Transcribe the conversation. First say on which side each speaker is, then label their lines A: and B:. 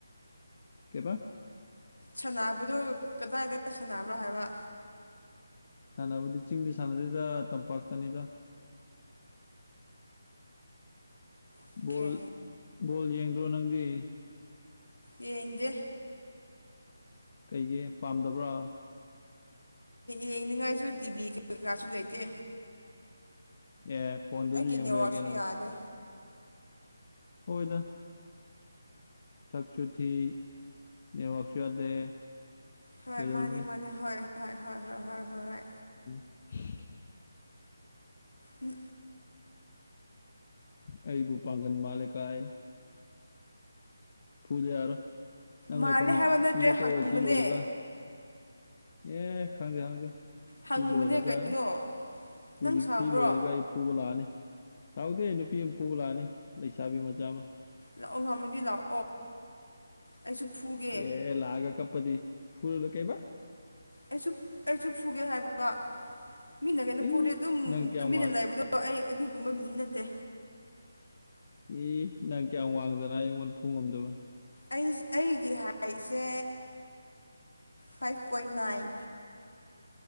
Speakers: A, on the left; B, on the left.
A: ꯀꯕꯥ
B: ꯁꯥꯟꯅꯕꯗꯨꯣ ꯀꯗꯥꯏꯗꯅ ꯁꯥꯟꯅꯕ꯭ꯔꯣ ꯍꯥꯏꯕ
A: ꯁꯥꯟꯅꯕꯗꯤ ꯆꯤꯡꯗꯤ ꯁꯥꯟꯅꯗꯦꯗ ꯇꯝꯄꯥꯛꯇꯅꯤꯗ
B: ꯑꯣꯀꯦ
A: ꯕꯣꯜ ꯕꯣꯜ ꯌꯦꯡꯗ꯭ꯔꯣ ꯅꯪꯗꯤ
B: ꯌꯦꯡꯗꯦ
A: ꯀꯩꯒꯤꯦ ꯄꯥꯝꯗꯕ꯭ꯔꯥ
B: ꯌꯦꯡꯅꯤꯡꯉꯥꯏꯁꯨ ꯇꯤꯚ ꯀꯩ ꯀꯩꯀꯥꯁꯨ ꯂꯩꯇꯦ
A: ꯑꯦ ꯐꯣꯟꯗꯁꯨ
B: ꯑꯩꯒꯤ
A: ꯌꯦꯡꯕꯤꯔ
B: ꯅꯦꯠꯋꯥꯛꯁꯨ
A: ꯀꯦꯩꯅꯣ
B: ꯌꯥꯗꯦ
A: ꯍꯣꯏꯗ ꯁꯛꯁꯨ ꯊꯤ ꯅꯦꯠꯋꯥꯛꯁꯨ ꯌꯥꯗꯦ
B: ꯍꯣꯏ
A: ꯀꯩꯗꯧꯔꯨꯅꯤ
B: ꯃꯥꯅꯤ ꯃꯥꯅꯤ ꯍꯣꯏ ꯍꯣꯏ ꯍꯣꯏ ꯍꯣꯏ ꯍꯣꯏ ꯍꯣꯏ ꯍꯣꯏ
A: <unintelligible>
B: ꯃꯤ
A: ꯑꯩꯕꯨ ꯄꯥꯡꯒꯟ ꯃꯥꯜꯂꯦꯀꯥꯏ ꯐꯨꯗ ꯌꯥꯔ ꯅꯪ
B: ꯃꯥꯜꯂꯦ
A: ꯂꯩꯐꯝ
B: ꯍꯥꯏꯕ ꯅꯠꯇ꯭ꯔꯦ
A: ꯄꯤꯌꯨꯀꯣ
B: ꯍꯪꯕꯅꯦ
A: ꯁꯤ ꯂꯣꯏꯔꯒ ꯑꯦ ꯈꯪꯗꯦ ꯈꯪꯗꯦ
B: ꯍꯪꯕꯅꯦ
A: ꯁꯤ ꯂꯣꯏꯔꯒ
B: ꯀꯩꯅꯣ
A: ꯍꯧꯖꯤꯛ
B: ꯅꯪ ꯁꯥꯕ꯭ꯔꯣ
A: ꯁꯤ ꯂꯣꯏꯔꯒ ꯑꯩ ꯐꯨꯕ ꯂꯥꯛꯑꯅꯤ ꯁꯥꯎꯗꯦ ꯑꯩ ꯅꯨꯄꯤ ꯑꯃ ꯐꯨꯕ ꯂꯥꯛꯑꯅꯤ ꯂꯩꯁꯥꯕꯤ ꯃꯆꯥ ꯑꯃ
B: ꯂꯥꯛꯑꯣ ꯉꯝꯃꯗꯤ ꯂꯥꯛꯑꯣ ꯑꯩꯁꯨ ꯐꯨꯒꯦ
A: ꯑꯦ ꯂꯒ ꯀꯄꯗꯤ ꯐꯨꯂ ꯀꯩꯕ
B: ꯑꯩꯁꯨ ꯑꯩꯁꯨ ꯐꯨꯒꯦ ꯍꯥꯏꯕꯒ ꯃꯤꯅ ꯀꯩꯅ
A: ꯏꯁ
B: ꯐꯨꯔꯠꯇꯨ ꯑꯗꯨꯝ
A: ꯅꯪ ꯀꯌꯥꯝ
B: ꯇꯨꯃꯤꯟꯅ
A: ꯋꯥꯡ
B: ꯂꯩꯕꯗꯣ ꯑꯩ ꯑꯗꯨꯒꯨꯝꯕ ꯃꯤ ꯅꯠꯇꯦ
A: ꯏ ꯅꯪ ꯀꯌꯥꯝ ꯋꯥꯡꯗꯅ ꯑꯩꯉꯣꯟꯗ ꯐꯨ ꯉꯝꯗꯕ
B: ꯑꯩ ꯑꯩꯒꯤ ꯍꯥꯏꯁꯦ ꯐꯥꯏꯚ ꯄꯣꯏꯟ ꯅꯥꯏꯟ